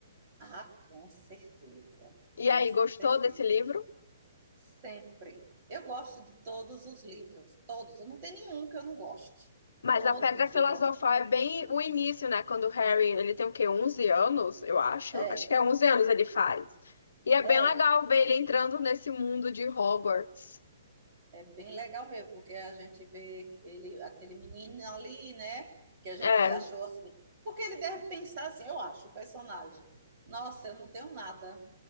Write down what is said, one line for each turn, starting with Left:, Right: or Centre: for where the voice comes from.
Right: Ah, com certeza, com
Left: E aí,
Right: certeza,
Left: gostou desse livro?
Right: sempre. Eu gosto de todos os livros, todos. Eu não tenho nenhum que eu não goste.
Left: Mas
Right: Todos
Left: a Pedra Filosofal
Right: eu gosto.
Left: é bem o início, né? Quando o Harry, ele tem o quê? 11 anos, eu acho.
Right: É,
Left: Acho que é 11 anos ele faz. E é
Right: é,
Left: bem legal ver ele entrando nesse mundo de Hogwarts.
Right: é bem legal mesmo, porque a gente vê ele, aquele menino ali, né? Que a gente
Left: É,
Right: que achou assim, porque ele deve pensar assim, eu acho, o personagem. Nossa, eu não tenho nada,